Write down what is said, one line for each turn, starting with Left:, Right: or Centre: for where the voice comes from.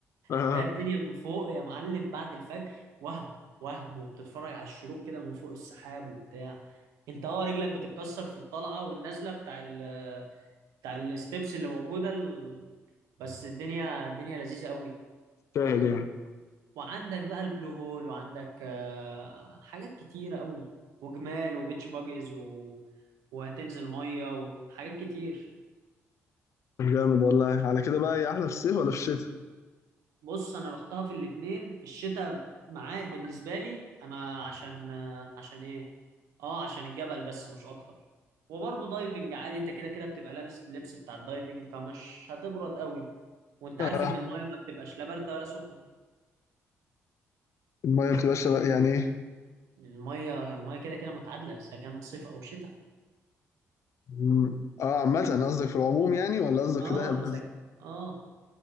Left: آه
Right: ده الدنيا من فوق يا معلم بعد الفجر وهم وهم وبتتفرج على الشروق كده من فوق السحاب وبتاع انت اه رجلك بتتكسر في الطلعه والنازله بتاع ال بتاع الستبس اللي موجوده ال... بس الدنيا الدنيا لذيذه قوي
Left: سهل يعني
Right: وعندك بقى البلو هول وعندك آه، حاجات كتيره قوي وجمال وبيتش باجز و... وهتنزل ميه وحاجات كتير
Left: طب جامد والله على كده بقى هي احلى في الصيف ولا في الشتاء
Right: بص انا رحتها في الاتنين الشتاء معايا بالنسبه لي انا عشان عشان ايه اه عشان الجبل بس مش اكتر وبرضه دايفنج عادي انت كده كده بتبقى لابس اللبس بتاع الدايفنج فمش هتبرد قوي وانت
Left: آه.
Right: عارف ان المايه ما بتبقاش لا بارده ولا سخنه
Left: الميه بتبقى شبه يعني ايه
Right: المايه المايه كده كده متعادله اذا كان صيف او شتاء
Left: مم. اه عامة قصدك في العموم يعني ولا قصدك
Right: اه
Left: في دهب
Right: اذا اه